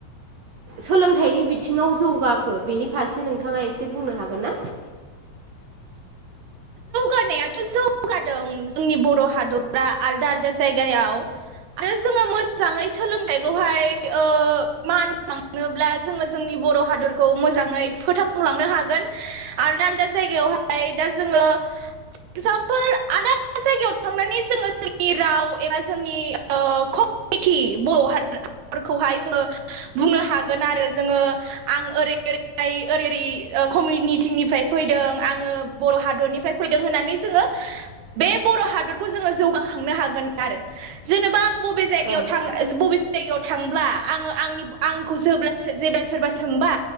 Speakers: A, on the right; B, on the right.
A: सोलोंथाइनि बिथिङाव जौगाखो बेनि फारसे नोंथाङा एसे बुंनो हागोन ना?
B: जौगानायाथ' जौगादों जोंनि बर' हादरा आलदा-आलदा जायगायाव। आरो जोङो मोजाङै सोलोंथाइखौहाय ओ मान नोब्ला जोङो जोंनि बर' हादरखौ मोजाङै फोथांलांनो हागोन। आलदा-आलदा जायगायावहाय दा जोङो एक्जामपोल आदाद जा गायाव थांनानै जोङो जोंनि राव एबा जोंनि ओ खम मिथि बर' हाफोरखौहाय जोङो बुंनो हागोन आरो जोङो आं ओरै ओरैहाय ओरै ओरै कमिउनिटिंनिफ्राय फैदों आङो बर' हादरनिफ्राय फैदों होननानै जोङो बे बर' हादरखौ जोङो जौगाखांनो हागोन आरो। जेनेबा आं बबे जायगायाव
A: औ
B: थां बबे जायगायाव थांब्ला आङो आंनि आंखौ जेब्ला जेब्ला सोरबा सोंबा